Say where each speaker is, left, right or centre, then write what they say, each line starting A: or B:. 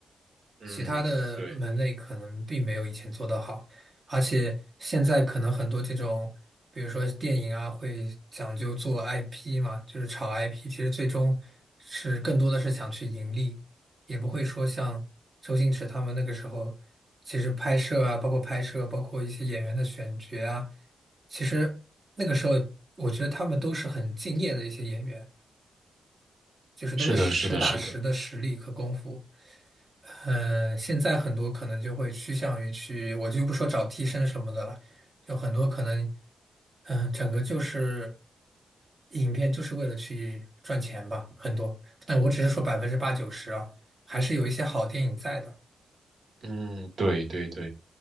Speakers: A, on the right (about 65°); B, on the right (about 40°).
A: 嗯，
B: 其他的门类可能并没有以前做得好，
A: 对，
B: 而且现在可能很多这种，比如说电影啊，会讲究做 IP 嘛，就是炒 IP，其实最终是更多的是想去盈利，也不会说像周星驰他们那个时候，其实拍摄啊，包括拍摄，包括一些演员的选角啊，其实那个时候我觉得他们都是很敬业的一些演员，就是都是实打实的实力和功夫。
A: 是的，是的，是的，
B: 嗯，现在很多可能就会趋向于去，我就不说找替身什么的了，就很多可能，嗯，整个就是影片就是为了去赚钱吧，很多。但我只是说百分之八九十啊，还是有一些好电影在的。
A: 嗯，对对对。